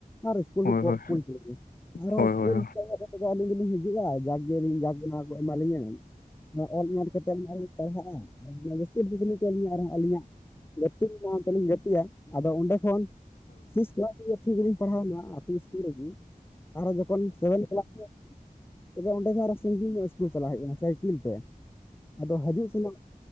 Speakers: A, on the left; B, on the left.
A: ᱟᱨ ᱤᱥᱠᱩᱞ
B: ᱦᱳᱭ
A: ᱠᱚᱼᱼ
B: ᱦᱳᱭ
A: ᱟᱨᱦᱚᱸ
B: ᱦᱳᱭ
A: ᱤᱥᱠᱩᱞ
B: ᱦᱳᱭ
A: ᱠᱟᱛᱮᱮᱫ ᱫᱚ ᱟᱹᱞᱤᱧ ᱫᱚᱞᱤᱧ ᱦᱤᱡᱩᱜᱼᱟ ᱡᱟᱠ ᱡᱤᱭᱟᱹᱞᱤᱧ ᱡᱟᱠ ᱵᱮᱚᱱᱟᱣ ᱠᱚ ᱮᱢᱟᱞᱤᱧᱟᱹ ᱚᱱᱟ ᱚᱞ ᱧᱮᱞ ᱠᱟᱛᱮ ᱞᱤᱧ ᱯᱟᱲᱦᱟᱜᱟ <unintelligible> ᱜᱱ ᱛᱮᱞᱤᱧ ᱟᱨᱦᱚᱸ ᱟᱹᱞᱤᱧᱟᱜ ᱜᱟᱛᱮ ᱥᱟᱶ ᱛᱮᱞᱤᱧ ᱜᱟᱛᱮᱜᱼᱟ ᱟᱫᱚ ᱚᱸᱰᱮ ᱠᱷᱚᱱᱼᱼ ᱤᱥ ᱴᱷᱤᱠᱤᱧ ᱯᱟᱲᱦᱟᱣ ᱢᱟ <unintelligible> <unintelligible> ᱟᱨᱚ ᱡᱚᱠᱷᱚᱱ ᱥᱮᱵᱷᱮᱱ ᱠᱮᱞᱟᱥ ᱨᱮ ᱛᱚᱵᱮ ᱚᱸᱰᱮ ᱡᱟᱦᱟᱸᱚ ᱥᱤᱜᱤᱝ ᱤᱥᱠᱩᱞ ᱪᱟᱞᱟᱜ ᱦᱩᱭᱩᱜ ᱠᱟᱱᱟ ᱥᱟᱭᱠᱮᱞ ᱛᱮ ᱟᱫᱚ ᱦᱤᱡᱩᱜ ᱥᱮᱱᱚᱜᱼᱼ